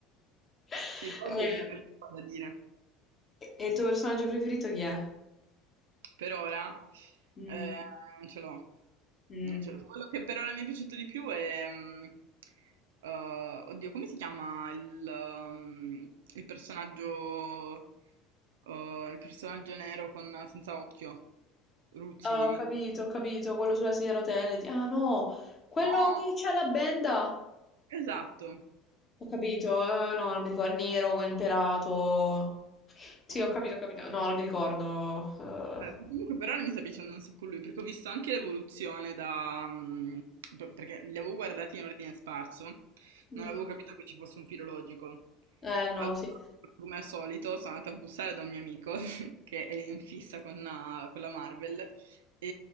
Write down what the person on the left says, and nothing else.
<laughs>
E,
e il tuo personaggio preferito chi è?
Mm,
mm.
Ah,
ho capito, ho capito, quello sulla sedia a rotelle. di- Ah no, quello
che c'ha la benda.
Ho capito, eh, no, non mi ricordo, il nero con il pelato. Sì,
ho capito,
ho capito. No, non mi ricordo. eh.
Mm.
Eh no,
sì,